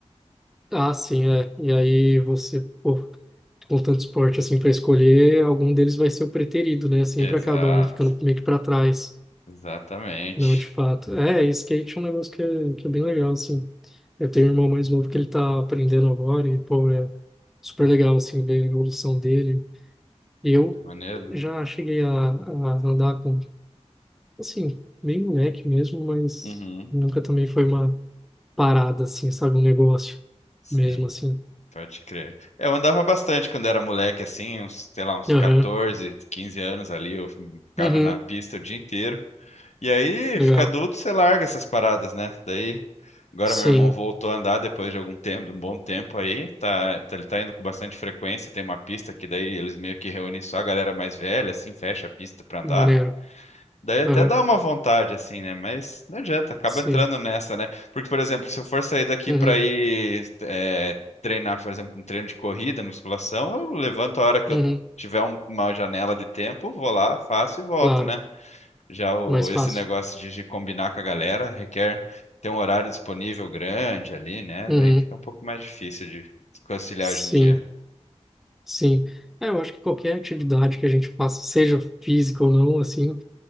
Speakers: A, in the centre; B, on the left.
A: Ah, sim, é. E aí você, pô, com tanto esporte assim para escolher, algum deles vai ser o preterido, né? Sempre
B: Exato,
A: acaba um ficando meio que para trás.
B: exatamente.
A: Não, de fato. É, skate é um negócio que é, que é bem legal, assim. Eu tenho
B: Sim,
A: um irmão mais novo que ele tá aprendendo agora e, pô, é super legal, assim, ver a evolução dele. Eu
B: é maneiro, né?
A: já cheguei a, a andar com, assim, bem moleque mesmo, mas
B: Uhum,
A: nunca também foi uma parada, assim, sabe? Um negócio
B: sim.
A: mesmo, assim.
B: Pode crer. É, Eu andava bastante quando era moleque, assim, uns, sei lá, uns
A: Aham.
B: 14, 15 anos ali, eu ficava
A: Uhum.
B: na pista o dia inteiro. E aí,
A: Legal.
B: fica adulto, você larga essas paradas, né? Daí, agora
A: Sim,
B: meu irmão voltou a andar depois de algum tempo, de um bom tempo aí, tá, tá- ele tá indo com bastante frequência, tem uma pista que daí eles meio que reúnem só a galera mais velha, assim, fecha a pista pra andar.
A: maneiro.
B: Daí até
A: Aham,
B: dá uma vontade, assim, né? Mas não adianta, acaba
A: Sim.
B: entrando nessa, né? Porque, por exemplo, se eu for sair daqui
A: Uhum.
B: para ir é, treinar, por exemplo, um treino de corrida, musculação, eu levanto a hora que
A: Uhum.
B: eu tiver um- uma janela de tempo, vou lá, faço e volto,
A: Claro.
B: né? Já o,
A: Mais
B: esse
A: fácil.
B: negócio de, de combinar com a galera requer ter um horário disponível grande ali, né?
A: Uhum.
B: Daí fica um pouco mais difícil de conciliar
A: Sim,
B: hoje em dia.
A: sim. É, eu acho que qualquer atividade que a gente faça, seja física ou não, assim,